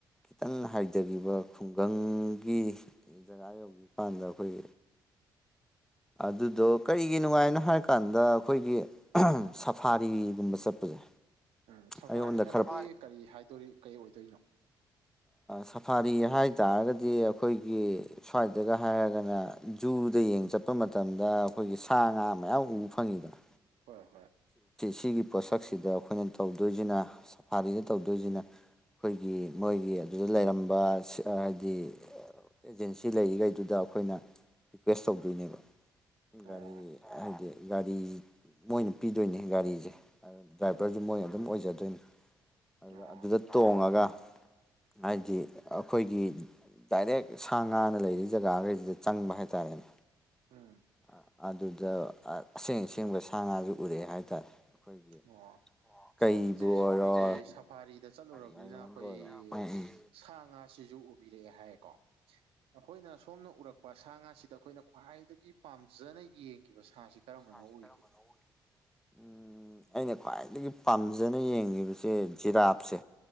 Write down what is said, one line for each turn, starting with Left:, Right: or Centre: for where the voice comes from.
Centre: ꯈꯤꯇꯪ ꯍꯥꯏꯊꯈꯤꯕ ꯈꯨꯡꯒꯪꯒꯤ ꯖꯒꯥ ꯌꯧꯈꯤꯕ ꯀꯥꯟꯗ ꯑꯩꯈꯣꯏ ꯑꯗꯨꯗꯣ ꯀꯔꯤꯒꯤꯅꯣꯉꯥꯏꯅꯣ ꯍꯥꯏꯔꯀꯥꯟꯗ ꯑꯩꯈꯣꯏꯒꯤ ꯁꯐꯥꯔꯤꯒꯨꯝꯕ ꯆꯠꯄꯁꯦ
Right: ꯎꯝ ꯁꯣꯐꯥꯔꯤ
Centre: ꯑꯩꯉꯣꯟꯗ
Right: ꯍꯥꯏꯕꯗꯤ
Centre: ꯈꯔ
Right: ꯀꯔꯤ ꯍꯥꯏꯗꯣꯔꯤ ꯀꯔꯤ ꯑꯣꯏꯗꯣꯏꯅꯣ
Centre: ꯁꯐꯥꯔꯤ ꯍꯥꯏꯇꯥꯔꯒꯗꯤ ꯑꯩꯈꯣꯏꯒꯤ ꯁ꯭ꯋꯥꯏꯗꯒ ꯍꯥꯏꯔꯒꯅ ꯖꯨꯗ ꯌꯦꯡ ꯆꯠ ꯆꯣꯠꯄ ꯃꯇꯝꯗ ꯑꯩꯈꯣꯏꯒꯤ ꯁꯥ ꯉꯥ ꯃꯌꯥꯝ ꯎꯕ ꯐꯪꯉꯤꯗꯅ
Right: ꯍꯣꯏ ꯍꯣꯏ
Centre: ꯁꯤꯒꯤ ꯄꯣꯠꯁꯛꯁꯤꯗ ꯑꯩꯈꯣꯏꯅ ꯇꯧꯗꯣꯏꯁꯤꯅ ꯁꯐꯥꯔꯤꯗ ꯇꯧꯗꯣꯏꯁꯤꯅ ꯑꯩꯈꯣꯏꯒꯤ ꯃꯣꯏꯒꯤ ꯑꯗꯨꯗ ꯂꯩꯔꯝꯕ ꯍꯥꯏꯗꯤ ꯑꯦꯖꯦꯟꯁꯤ ꯂꯩꯔꯤꯈꯩꯗꯨꯗ ꯑꯩꯈꯣꯏꯅ ꯔꯤꯀ꯭ꯋꯦꯁ ꯇꯧꯗꯣꯏꯅꯦꯕ ꯒꯥꯔꯤ
Right: ꯑꯣ
Centre: ꯍꯥꯏꯗꯤ ꯒꯥꯔꯤ ꯃꯣꯏꯅ ꯄꯤꯗꯣꯏꯅꯦ ꯒꯥꯔꯤꯁꯦ ꯗ꯭ꯔꯥꯏꯚꯔꯁꯨ
Right: ꯎꯝ
Centre: ꯃꯣꯏ ꯑꯗꯨꯝ ꯑꯣꯏꯖꯗꯣꯏꯅꯤ ꯑꯗꯨ
Right: ꯑꯣ
Centre: ꯑꯗꯨꯗ ꯇꯣꯡꯉꯒ ꯍꯥꯏꯗꯤ
Right: ꯎꯝ
Centre: ꯑꯩꯈꯣꯏꯒꯤ ꯗꯥꯏꯔꯦꯛ ꯁꯥ ꯉꯥꯅ ꯂꯩꯔꯤ ꯖꯒꯥꯈꯩꯁꯤꯗ ꯆꯪꯕ ꯍꯥꯏꯇꯥꯔꯦꯅꯦ
Right: ꯎꯝ
Centre: ꯑ ꯑꯗꯨꯗ ꯑ ꯑꯁꯦꯡ ꯑꯁꯦꯡꯕ ꯁꯥ ꯉꯥꯁꯨ ꯎꯔꯛꯑꯦ ꯍꯥꯏꯇꯥꯥꯔꯦ ꯑꯩꯈꯣꯏꯒꯤ
Right: ꯑꯣ
Centre: ꯀꯩꯕꯨ
Right: ꯁꯣꯝꯁꯦ ꯑꯩꯈꯣꯏꯒꯤ
Centre: ꯑꯣꯏꯔꯣ
Right: ꯁꯐꯥꯔꯤꯗ ꯆꯠꯂꯨꯔꯕꯅꯤꯅ
Centre: ꯗꯥꯏꯃꯟꯕꯨ
Right: ꯑꯩꯈꯣꯏ
Centre: ꯑꯣꯏꯔꯣ ꯎꯝ ꯎꯝ
Right: ꯁꯥ ꯉꯥꯁꯤꯁꯨ ꯎꯕꯤꯔ‌ꯦꯑꯦ ꯍꯥꯏꯌ‌ꯦꯀꯣ ꯑꯩꯈꯣꯏꯅ ꯁꯣꯝꯅ ꯎꯔꯛꯄ ꯁꯥ ꯉꯥꯁꯤꯗ ꯑꯩꯈꯣꯏꯅ ꯈ꯭ꯋꯥꯏꯗꯒꯤ ꯄꯥꯝꯖꯅ ꯌꯦꯡꯈꯤꯕ ꯁꯥꯁꯤ ꯀꯔꯝꯕꯅꯣ
Centre: ꯕ ꯁꯥꯁꯤ
Right: ꯑꯣꯏꯒꯦ
Centre: ꯀꯔꯝꯕꯅ ꯑ‌ꯣꯏ ꯎꯝ ꯑꯩꯅ ꯈ꯭ꯋꯥꯏꯗꯒꯤ ꯄꯥꯝꯖꯅ ꯌꯦꯡꯈꯤꯕꯁꯦ ꯖꯤꯔꯥꯞꯁꯦ